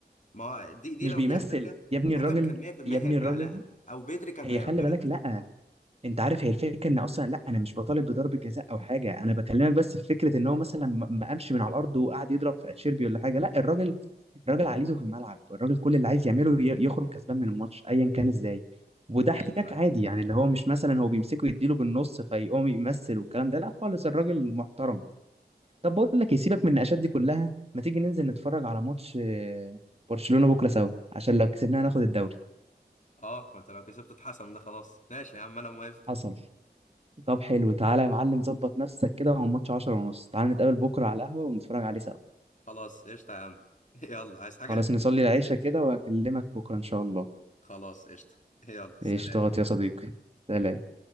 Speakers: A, on the left; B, on the right.
A: ما هو دي دي
B: مش
A: لو
B: بيمثل
A: فيها حاجه
B: يا ابني
A: الحكم
B: الراجل
A: كان 100%
B: يا
A: هيرجع
B: ابني الراجل
A: لها او بدري كان
B: هي
A: هيعترض
B: خلي بالك لا انت عارف هي الفكره ان اصلا لا انا مش بطالب بضرب جزاء او حاجه انا بكلمك بس في فكره ان هو مثلا ما ما قامش من على الارض وقعد يضرب في اتشيربي ولا حاجه لا الراجل الراجل عقليته في الملعب الراجل كل اللي عايز يعمله ي- يخرج كسبان من الماتش ايا كان ازاي وده احتكاك
A: ايوه ايوه
B: عادي يعني اللي هو مش مثلا هو بيمسكه يديله بالنص فيقوم يمثل والكلام ده لا خالص الراجل محترم طب بقول لك إيه، سيبك من النقاشات دي كلها ما تيجي ننزل نتفرج على ماتش آه، برشلونة بكرة سوا عشان لو كسبناها ناخد الدوري
A: اه ما انت لو كسبت اتحسن ده خلاص ماشي يا عم انا موافق
B: حصل طب حلو تعالى يا معلم ظبط نفسك كده هو الماتش 10 ونص تعالى نتقابل بكرة على القهوة ونتفرج عليه سوا
A: خلاص قشطة يا عم <laughs> يلا عايز حاجة
B: خلاص نصلي العشاء كده وأكلمك بكرة إن شاء الله
A: خلاص قشطة يلا سلام
B: قشطات يا صديقي سلام